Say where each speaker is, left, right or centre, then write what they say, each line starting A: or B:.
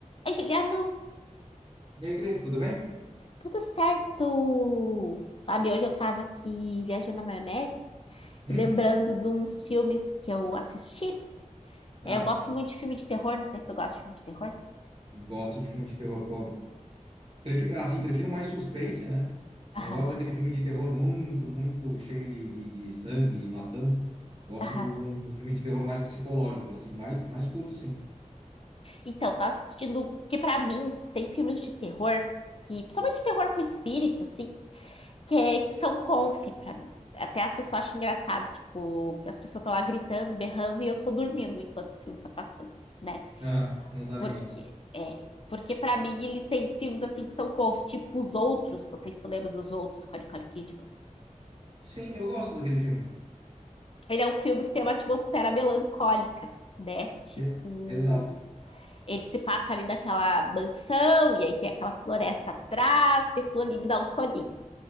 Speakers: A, on the left; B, on the right.
A: Aí, Juliano,
B: E aí, Cris, tudo bem?
A: tudo certo? Sabe, hoje eu tava aqui viajando na maionese
B: Hum.
A: e lembrando de uns filmes que eu assisti. né?
B: Ah,
A: Eu gosto muito de filme de terror, não sei se tu gosta de filme de terror.
B: gosto de filme de terror, pô. Prefiro, assim, prefiro mais suspense, né? Não
A: Aham,
B: gosto daquele filme de terror muito, muito cheio de, de, de sangue, de matança. Gosto
A: aham.
B: do, do, do filme de terror mais psicológico, assim, mais, mais curto, sim.
A: Então, tô assistindo, que pra mim tem filmes de terror, que principalmente terror com espírito, assim, que, é- que são conf pra mim. Até as pessoas acham engraçado, tipo, as pessoas estão lá gritando, berrando e eu tô dormindo enquanto o filme tá passando, né?
B: Ah, não tá nem
A: Porque
B: aí.
A: é, porque para mim ele tem filmes assim que são cofre, tipo Os Outros, não sei se tu lembra dos Outros, com a Nicole Kidman.
B: Sim, eu gosto daquele filme.
A: Ele é um filme que tem uma atmosfera melancólica, né? Tipo,
B: E- exato.
A: ele se passa ali naquela mansão e aí tem aquela floresta atrás, e aquilo ali me dá um soninho.